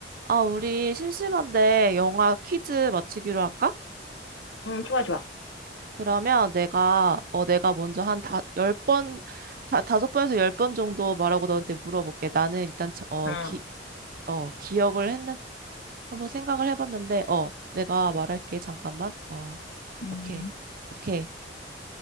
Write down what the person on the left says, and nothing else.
응, 좋아, 좋아.
응.
음,